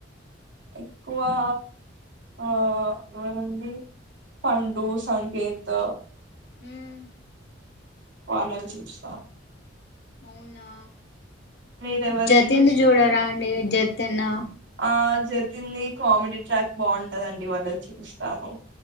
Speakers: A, on the right; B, on the left.
A: ఎక్కువా ఆ వరుణ్ ది పండూ సంకేత్తో
B: హ్మ్మ్
A: వాళ్లన్ చూస్త
B: అవ్నా
A: మీరెవరివి
B: జతిన్ది
A: చూస్తారు
B: చూడరా అండీ జతిన్నూ
A: ఆ జతింది కామిడి ట్రాక్ బాంటదండి వాళ్ళది చూస్తాను